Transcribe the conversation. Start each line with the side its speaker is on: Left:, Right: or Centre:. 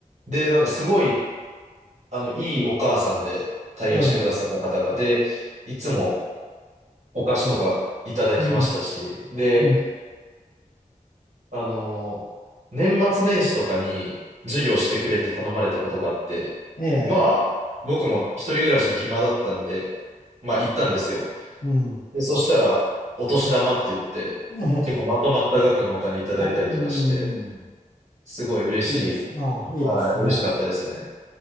Right: で、なんかすごい、あの、いいお母さんで対応してくださった方が、
Left: ええ。
Right: で、いつもお菓子とかいただきましたし、
Left: うん。うん。
Right: で、
Left: うん
Right: あの、年末年始とかに授業してくれって頼まれたことがあって、
Left: ええ。
Right: まあ、僕も一人暮らしで暇だったんで、まあ行ったんですよ。
Left: うん。
Right: で、そしたら、お年玉って言って、
Left: ええ。
Right: 結構まとまった額のお金いただいたりとかして、
Left: あ、うん。
Right: すごい嬉しい。
Left: いいです。あ、いいですね。
Right: はい、嬉しかったですね。